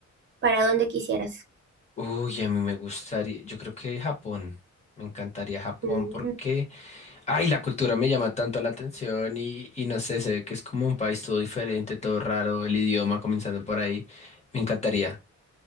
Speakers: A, on the right; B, on the left.
A: ¿Para dónde quisieras?
B: Uy, a mí me gustaría, yo creo que Japón, me encantaría Japón
A: Mm.
B: porque, ay, la cultura me llama tanto la atención y, y no sé, se ve que es como un país todo diferente, todo raro, el idioma comenzando por ahí, me encantaría.